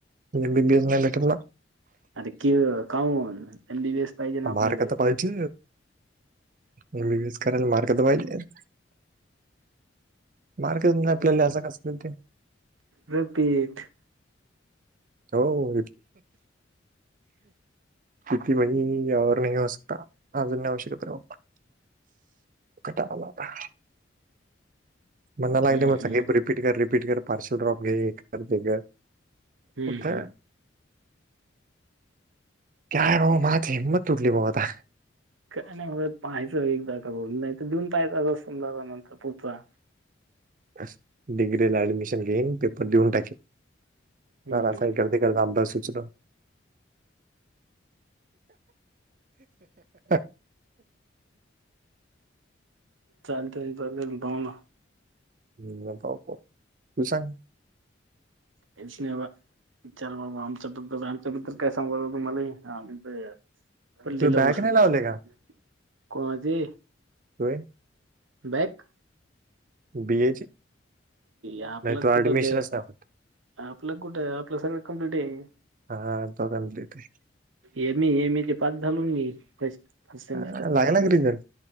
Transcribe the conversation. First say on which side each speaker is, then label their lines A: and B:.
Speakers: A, on the right; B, on the right.
A: बी बीटला.
B: आर कि काऊन त्यां वेस पाहिजे ना आपल्याला
A: मार्क तर पाहिजे एमबीबीएस करायला मार्क दवायला. मार्केट नाही आपल्याला असं कस ते
B: रिपीट.
A: हो. स्िती मही नाही हो सकता अज आवश्यकता र बा. कटालाता. म्हण लागले
B: हम्म
A: मग
B: हम्म
A: सांग रिपीट कर रिपीट कर पार्सल ड्रॉप घे कर ते कर.
B: हम्म
A: कुठं
B: हम्म.
A: काय भाऊ
B: हम्म
A: माझी हिंमत तुटली भाऊ आता.
B: काय नाही पाहायचं एकदा करून नाही तर देऊन <unintelligible> नंतर पुढचा.
A: असं डिग्रीला ऍडमिशन घेईन, पेपर देऊन टाकीन.
B: हम्म
A: <unintelligible>
B: हम्म.
A: एक <unintelligible> सुचलं. <unintelligible>
B: चालतंय <unintelligible> पाहू ना.
A: <unintelligible> तू सांग.
B: कायच नाही बा <unintelligible> आमच्या बद्दल काय सांगू आता तुमाले हा <unintelligible>
A: तू बॅग नाही लावले का
B: कोवाची?
A: होय?
B: बॅक
A: बीए ची
B: आपल्यात‌
A: नाही तू
B: कुठं
A: ऍडमिशनच
B: ब
A: नाही होत
B: आपलं कुठं आपलं सगळं कंप्लीट आहे.
A: हा दोघाला देतोय.
B: एमी एमी ते पास झालो ना‌ मी <unintelligible>
A: काय लागला का रिझल्ट?